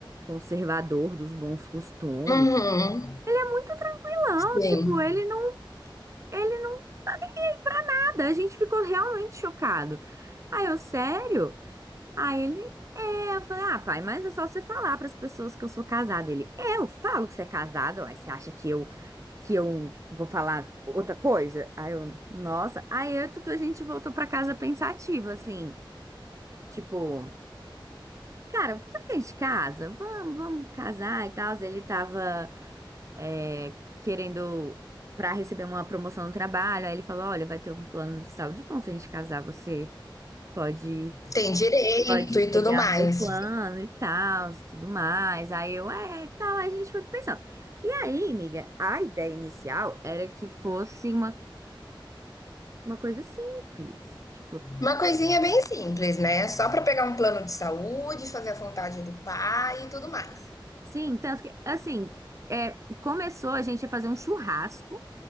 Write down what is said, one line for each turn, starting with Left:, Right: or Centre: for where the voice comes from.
Right: conservador dos bons costumes.
Left: uhum,
Right: muito tranquilão,
Left: sim.
Right: tipo, ele não, ele não tá nem pra nada. A gente ficou realmente chocado. Aí eu, sério? Aí ele, é, eu falei, ah, pai, mas é só você falar pras pessoas que eu sou casada. Ele, eu falo que você é casado? Aí você acha que eu que eu vou falar outra coisa? Aí eu, nossa. Aí eu, e tudo, a gente voltou pra casa pensativo, assim, tipo, cara, será que a gente casa? Vamos, vamos casar e tal. Ele tava é, querendo para receber uma promoção no trabalho. Aí ele falou: Olha, vai ter um plano de saúde bom. Se a gente casar, você pode,
Left: Tem direito
Right: pode
Left: e
Right: pegar
Left: tudo mais.
Right: meu plano e tal, e tudo mais. Aí eu, é, e tal. Aí a gente foi pensando. E aí, amiga, a ideia inicial era que fosse uma, uma coisa simples. Tipo,
Left: Uma coisinha bem simples, né? Só para pegar um plano de saúde, fazer a vontade do pai e tudo mais.
Right: sim, tanto que, assim, é, começou a gente a fazer um churrasco.